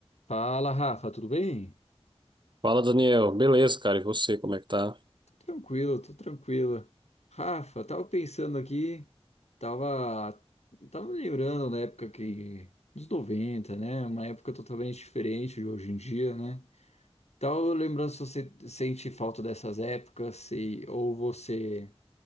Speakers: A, on the left; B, on the right.
A: Fala, Rafa, tudo bem?
B: Fala, Daniel. Beleza, cara. E você, como é que tá?
A: Tô Tranquilo, tô tranquilo. Rafa, tava pensando aqui, tava, tava me lembrando da época que, dos noventa né? Uma época totalmente diferente de hoje em dia, né? Tava lembrando se você sente falta dessas épocas, se, ou você